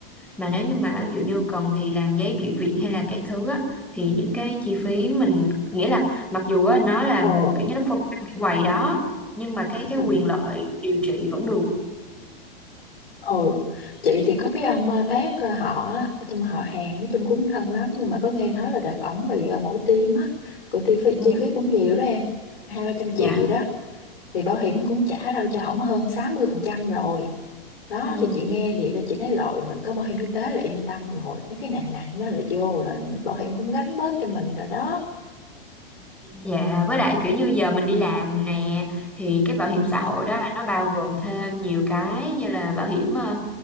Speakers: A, in the centre; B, on the left.
A: mà nếu như mà ví dụ như cần thì làm giấy chuyển viện hay là các thứ á, thì những cái chi phí mình nghĩa là mặc dù á, nó là
B: ờ
A: kiểu như nó phân cái quầy đó nhưng mà cái
B: ừ.
A: cái quyền lợi điều trị vẫn được
B: Ừ, chị thì có cái ông ờ, bác ờ, họ á, trong họ hàng nói chung cũng thân lắm nhưng mà có nghe nói là đợt ổng bị ờ, mổ tim á của chi phí
A: Ừ.
B: chi phí cũng nhiều đó em hai ba trăm
A: dạ
B: triệu gì đó thì bảo hiểm cũng trả đâu cho ổng hơn 60 phần trăm rồi đó
A: ừ.
B: thì chị nghe vậy là chị thấy rồi mình có bảo hiểm y tế là yên tâm rồi mấy cái nặng nặng đó là vô là bảo hiểm cũng gánh bớt cho mình rồi đó
A: dạ với lại kiểu như giờ mình đi làm nè thì cái bảo
B: ừ.
A: hiểm xã hội đó là nó bao gồm thêm nhiều cái như là bảo hiểm ờ,